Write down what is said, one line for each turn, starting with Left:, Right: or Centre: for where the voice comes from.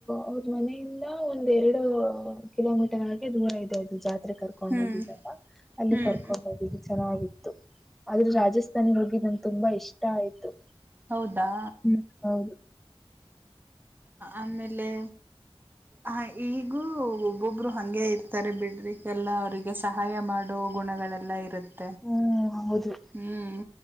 Centre: ಅವ್ರ ಮನೆಯಿಂದ ಒಂದ್ ಎರಡು ಕಿಲೋಮೀಟರ್ ಆ <unintelligible> ಅದು ಜಾ ಕರ್ಕೊಂಡ್
Right: ಹ್ಮ್
Centre: ಹೋಗಿದ್ದಲ್ ಅಲ್ಲಿ
Right: ಹ್ಮ್
Centre: ಕರ್ಕೊಂಡ್ ಹೋಗು ಚೆನ್ನಾಗಿತ್ತು ಆದ್ರೆ ರಾಜಸ್ಥಾನಿ ಹೋಗ ನನಗ ತುಂಬಾ ಇಷ್ಟ ಆಯ್ತು
Right: ಹೌದಾ
Centre: ಹ್ಮ್ ಹೌದು
Right: ಆಮೇಲೆ ಹ ಈಗೂ ಒಬ್ಬೊಬ್ರು ಹಂಗೆ ಇರ್ತಾರೆ ಬಿಡ್ರಿಿಗೆಲ್ಲ ಅವ್ರಿಗೆ ಸಹಾಯ ಮಾಡುವ ಗುಣಗಳೆಲ್ಲ ಇರುತ್ತೆ
Centre: ಹ್ಮ್ ಹೌದು
Right: ಹ್ಮ್